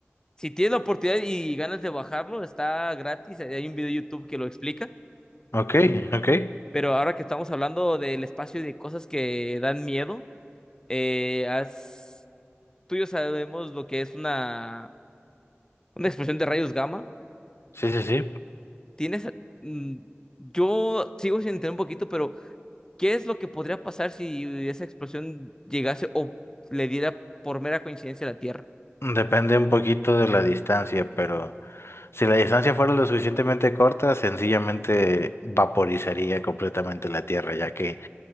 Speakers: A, on the left; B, on the left.
A: Si tienes la oportunidad y ganas de bajarlo, está gratis. Hay un video de YouTube que lo explica.
B: ok, ok.
A: Pero ahora que estamos hablando del espacio y de cosas que dan miedo, eh, has- tú y yo sabemos lo que es una, una explosión de rayos gamma.
B: Sí, sí, sí.
A: Tienes, mm, yo sigo sin entender un poquito, pero ¿qué es lo que podría pasar si esa explosión llegase o le diera por mera coincidencia a la Tierra?
B: Depende un poquito de la distancia, pero si la distancia fuera lo suficientemente corta, sencillamente vaporizaría completamente la Tierra, ya que